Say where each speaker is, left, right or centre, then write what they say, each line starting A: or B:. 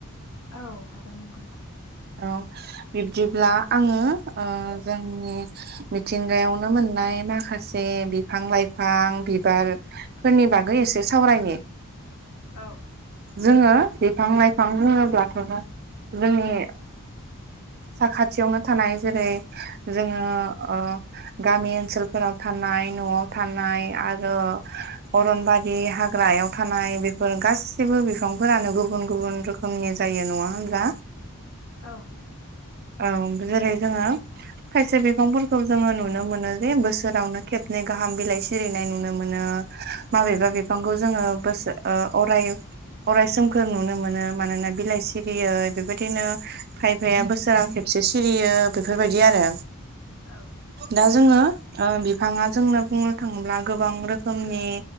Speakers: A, on the left; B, on the right.
A: औ हागोन न
B: औ बिब्दिब्ला आङो जोंनि। मिथिंगायावनो मोननाय माखासे बिफां लाइफां बिबार। फोरनि बागै एसे सावरायनो
A: औ
B: जोङो बिफां लाइफां बुङोब्लाथ' जोंनि साखाथियावनो थानाय जेरै जोङो ओ गामि ओनसोलफोराव थानाय न'आव थानाय आरो। अरनबारि हाग्रायाव थानाय बेफोर गासिबो बिफांफोरानो गुबुन गुबुन रोखोम। रोखोमनि जायो नङा होमब्ला?
A: औ नंगौ।
B: औ जेरै जोङो। खायसे बिफांफोरखौ जोङो नुनो मोनो जे बोसोरावनो खेबनै गाहाम बिलाइ सिरिनाय नुनो मोनो। माबेबा बिफांखौ जोङो बोसो ओ अराय अरायसोमखौ नुनो मोनो मानोना बिलाइ सिरियै बेबायदिनो फायफाया बोसोर। ब सोरोरां खेबसे सिरियो बेफोरबायदि आरो।
A: औ।
B: दा जोङो बिफाङा जोंनो बुंनो थाङोब्ला गोबां रोखोमनि।